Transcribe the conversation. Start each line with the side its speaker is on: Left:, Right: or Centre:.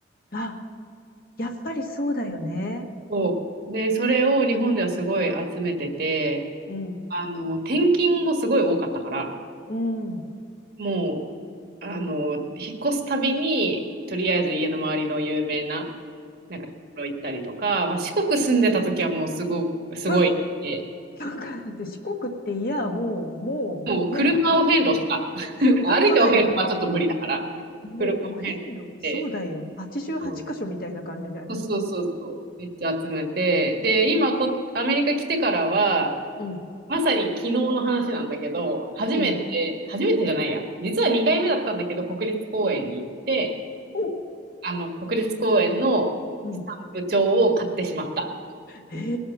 Left: あ、やっぱりそうだよね。
Right: そうね、それを日本ではすごい集めてて、
Left: うん、
Right: あの、転勤もすごい多かったから、
Left: うん、うん。
Right: もう、あの、引っ越すたびに、とりあえず家の周りの有名な、なんか、ところ行ったりとか、まあ、四国住んでた時はもうすご、すごい、
Left: うっ、
Right: て
Left: なんかだって四国っていや、もう、もう、
Right: もう車を遍路した。
Left: ね、
Right: <laughs>
Left: 本当だよ。
Right: 歩いてお遍路はちょっと無理だから、
Left: もうお遍路、
Right: 車を遍路して、
Left: そうだよ。88箇所みたいな感じだよ。
Right: うんそうそうそうそう、めっちゃ集めて、で、今こ、アメリカ来てからは、
Left: うん、
Right: まさに昨日の話なんだけど、初めて、
Left: うん。
Right: 初めてじゃないや、実は2回目だったんだけど、国立公園に行って、
Left: おう
Right: あの、国立公園のスタンプ帳を買ってしまった。
Left: うん。え